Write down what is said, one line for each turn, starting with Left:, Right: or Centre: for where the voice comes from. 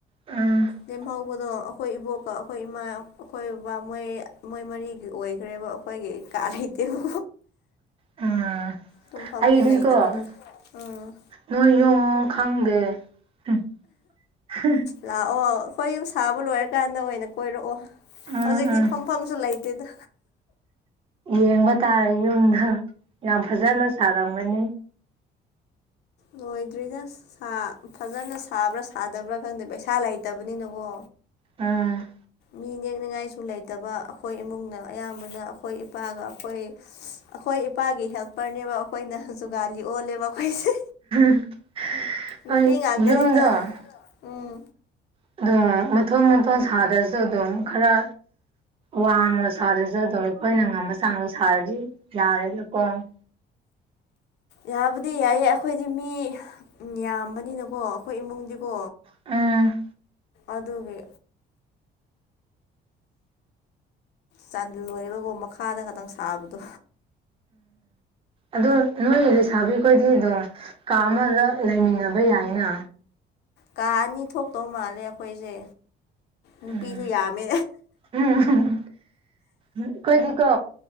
Right: ꯎꯝ
Left: ꯂꯦꯝꯍꯧꯕꯗꯣ ꯑꯩꯈꯣꯏ ꯏꯕꯣꯛꯀ ꯑꯩꯈꯣꯏ ꯏꯃꯥ ꯑꯩꯈꯣꯏ ꯕꯕꯥ ꯃꯣꯏ ꯃꯣꯏ ꯃꯔꯤꯒꯤ ꯑꯣꯏꯈ꯭ꯔꯦꯕ ꯑꯩꯈꯣꯏꯒꯤ ꯀꯥ ꯂꯩꯇꯦꯕ
Right: ꯎꯝ
Left: ꯇꯨꯝꯐꯝꯁꯨ
Right: ꯑꯩꯗꯤꯀꯣ
Left: ꯂꯩꯇꯕꯗꯣ ꯎꯝ
Right: ꯅꯣꯏ ꯌꯨꯝ ꯈꯪꯗꯦ <inaudible>
Left: ꯂꯥꯛꯑꯣ ꯑꯩꯈꯣꯏ ꯌꯨꯝ ꯁꯥꯕ ꯂꯣꯏꯔ ꯀꯟꯗ ꯑꯣꯏꯅ ꯀꯣꯏꯔꯛ ꯑꯣ
Right: ꯎꯝ ꯎꯝ
Left: ꯍꯧꯖꯤꯛꯇꯤ ꯐꯝꯐꯝꯁꯨ ꯂꯩꯇꯦꯗ
Right: ꯌꯦꯡꯕ ꯇꯥꯔꯦ ꯌꯨꯝꯗꯣ ꯌꯥꯝ ꯐꯖꯅ ꯁꯥꯔꯝꯒꯅꯤ
Left: ꯂꯣꯏꯗ꯭ꯔꯤꯗ ꯐꯖꯅ ꯁꯥꯕ꯭ꯔ ꯁꯥꯗꯕ꯭ꯔ ꯈꯪꯗꯦ ꯄꯩꯁꯥ ꯂꯩꯇꯕꯅꯤꯅꯀꯣ
Right: ꯎꯝ
Left: ꯃꯤ ꯅꯦꯛꯅꯤꯡꯉꯥꯏꯁꯨ ꯂꯩꯇꯕ ꯑꯩꯈꯣꯏ ꯏꯃꯨꯡꯅ ꯑꯌꯥꯝꯕꯅ ꯑꯩꯈꯣꯏ ꯏꯄꯥꯒ ꯑꯩꯈꯣꯏ ꯑꯩꯈꯣꯏ ꯏꯄꯥꯒꯤ ꯍꯦꯜꯄꯔꯅꯦꯕ ꯑꯩꯈꯣꯏꯅ ꯖꯨꯒꯥꯂꯤ ꯑꯣꯜꯂꯦꯕ ꯑꯩꯈꯣꯏꯁꯦ
Right: <inaudible>
Left: ꯅꯨꯄꯤ ꯉꯥꯛꯇꯅꯤꯅ
Right: ꯌꯨꯝꯗꯣ
Left: ꯎꯝ
Right: ꯑꯗꯨꯝ ꯃꯊꯣꯟ ꯃꯊꯣꯟ ꯁꯥ ꯁꯥꯔꯁꯨ ꯑꯗꯨꯝ ꯈꯔ ꯋꯥꯡꯅ ꯁꯥꯗꯔꯁꯨ ꯑꯗꯨꯝ ꯑꯩꯈꯣꯏꯅ ꯉꯝꯕ ꯆꯥꯡ ꯆꯥꯡ ꯁꯥꯔꯗꯤ ꯌꯥꯔꯅꯤꯀꯣ
Left: ꯌꯥꯕꯨꯗꯤ ꯌꯥꯏꯌꯦ ꯑꯩꯈꯣꯏꯗꯤ ꯃꯤ ꯌꯥꯝꯕꯅꯤꯅꯀꯣ ꯑꯩꯈꯣꯏ ꯏꯃꯨꯡꯗꯤꯀꯣ
Right: ꯎꯝ
Left: ꯑꯗꯨꯒꯤ ꯆꯜꯂꯣꯏꯕꯒꯣ ꯃꯈꯥꯗ ꯈꯛꯇꯪ ꯁꯥꯕꯗꯣ
Right: ꯑꯗꯨ ꯅꯣꯏ ꯂꯩꯁꯥꯕꯤꯈꯣꯏꯗꯤ ꯑꯗꯨꯝ ꯀꯥ ꯑꯃꯗ ꯂꯩꯃꯤꯟꯅꯕ ꯌꯥꯏꯅ
Left: ꯀꯥ ꯑꯅꯤ ꯊꯣꯛꯇꯧ ꯃꯥꯜꯂꯦ ꯑꯩꯈꯣꯏꯁꯦ ꯅꯨꯄꯤꯁꯨ
Right: ꯎꯝ
Left: ꯌꯥꯝꯃꯦ
Right: ꯎꯝ ꯑꯩꯈꯣꯏꯒꯤꯀꯣ